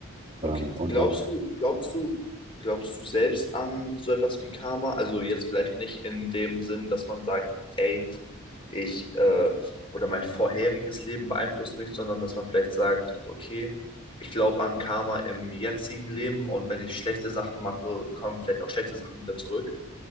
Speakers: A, on the left; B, on the right.
A: okay.
B: Ähm, und
A: Glaubst
B: dann
A: du, glaubst du, glaubst du selbst an so etwas wie Karma? Also jetzt vielleicht nicht in dem Sinn, dass man sagt, ey, ich äh, oder mein vorheriges Leben beeinflusst mich, sondern dass man vielleicht sagt, okay, ich glaube an Karma im jetzigen Leben und wenn ich schlechte Sachen mache, kommen vielleicht auch schlechte Sachen wieder zurück.